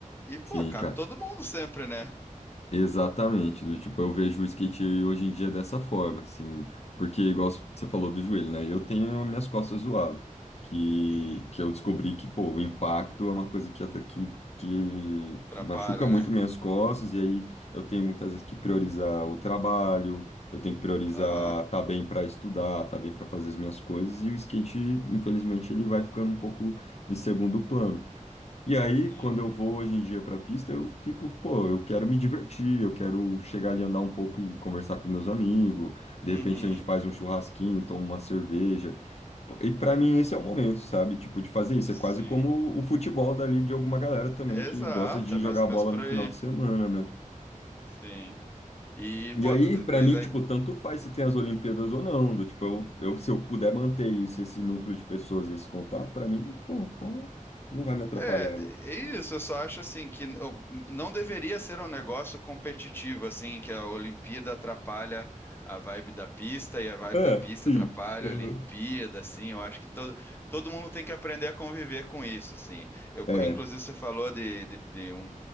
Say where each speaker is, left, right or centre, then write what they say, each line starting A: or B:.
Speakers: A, on the left; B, on the left.
A: E, pô,
B: sim,
A: cabe
B: cara.
A: todo mundo sempre, né?
B: Exatamente, do tipo, eu vejo o skate hoje em dia dessa forma, assim, porque igual você falou do joelho, né? Eu tenho as minhas costas zoadas, que,
A: Uhum.
B: que eu descobri que, pô, o impacto é uma coisa que, ata- que, que,
A: Atrapalha,
B: que machuca muito
A: né?
B: minhas costas, e aí eu tenho muitas vezes que priorizar o trabalho, eu tenho que priorizar
A: Aham.
B: tá bem para estudar, tá bem para fazer as minhas coisas, e o skate, infelizmente, ele vai ficando um pouco em segundo plano. E aí,
A: Sim.
B: quando eu vou hoje em dia para a pista, eu fico, pô, eu quero me divertir, eu quero chegar ali, andar um pouco e conversar com meus amigos. De
A: Uhum.
B: repente a gente faz um churrasquinho, toma uma cerveja. Pô, E para mim esse é o momento, sabe? Tipo, de fazer isso. É
A: Sim.
B: quase como o futebol dali de alguma galera também
A: Exato,
B: que gosta de
A: é
B: jogar
A: mais ou
B: bola
A: menos por
B: no
A: aí.
B: final de semana, né?
A: Sim. E,
B: E
A: pô,
B: aí,
A: tu-
B: pra
A: mas
B: mim,
A: aí
B: tipo, tanto faz se tem as Olimpíadas ou não. Do, tipo, eu, eu- se eu puder manter isso, esse núcleo de pessoas e esse contato, pra mim, pô, tá, não vai me atrapalhar,
A: É,
B: né?
A: é isso, eu só acho assim que n- eu- não deveria ser um negócio competitivo, assim, que a Olimpíada atrapalha a vibe da pista e a vibe
B: É,
A: da pista
B: sim.
A: atrapalha
B: Aham.
A: a Olimpíada, assim, eu acho que todo, todo mundo tem que aprender a conviver com isso, assim. Eu,
B: É,
A: co- inclusive, você falou de, de, de um,